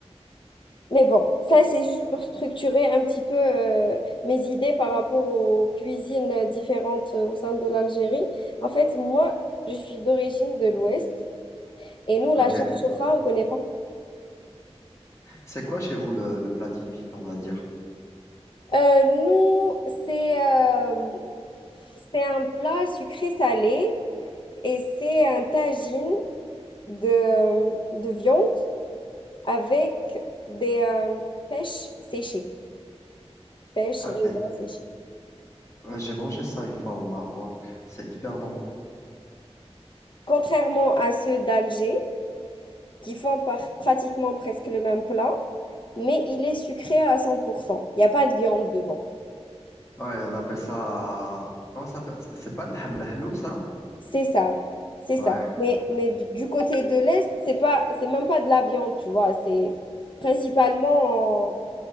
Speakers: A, on the left (about 50°); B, on the left (about 25°).
A: Mais bon, ça, c'est juste pour structurer un petit peu euh, mes idées par rapport aux cuisines différentes euh, au sein de l'Algérie. En fait, moi, je suis d'origine de l'Ouest. Et nous, la
B: Ok.
A: chouchoura, on ne connaît pas.
B: C'est quoi chez vous le, le plat typique, on va dire?
A: Euh, nous, c'est euh, c'est un plat sucré-salé et c'est un tagine de, de viande avec des euh, pêches séchées, pêches,
B: Ah,
A: raisins
B: eh,
A: séchés.
B: ouais, j'ai mangé ça une fois au Maroc. C'est hyper bon.
A: Contrairement à ceux d'Alger, qui font par- pratiquement presque le même plat, mais il est sucré à cent pour cent Il n'y a pas de viande dedans.
B: Ouais, on appelle ça, comment ça s'appelle? C'est pas le hamlahlou, ça?
A: C'est ça, c'est
B: Ouais.
A: ça. Mais, mais d- du côté de l'Est, c'est pas, c'est même pas de la viande, tu vois. C'est principalement...